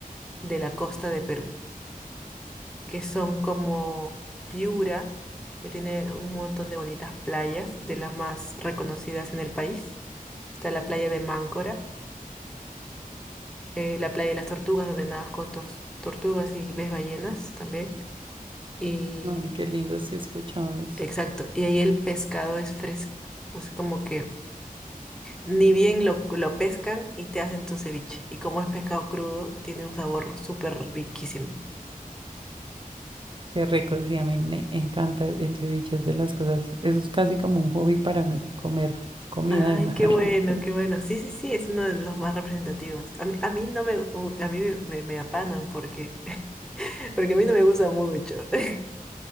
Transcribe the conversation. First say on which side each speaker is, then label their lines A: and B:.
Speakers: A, in the centre; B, on the right.
A: de la costa de Perú, que son como Piura, que tiene un montón de bonitas playas, de las más reconocidas en el país. Está la playa de Máncora, eh, la playa de las tortugas, donde nadas con tor- tortugas y ves ballenas también. Y
B: Ay, qué lindo sí he escuchado eso.
A: exacto, y ahí el pescado es fresco, o sea, como que Ni bien lo, lo pescan y te hacen tu ceviche. Y como es pescado crudo, tiene un sabor súper riquísimo.
B: Qué rico, sí, a mí me encanta el ceviche, es de las cosas, eso es casi como un hobby para mí, comer comida
A: Ay,
B: de mar.
A: qué bueno,
B: <laughs>
A: qué bueno. Sí, sí, sí, es uno de los más representativos. A mí, a mí no me, gu- a mí me, me, me apanan porque, <laughs> porque a mí no me gusta mucho. <laughs>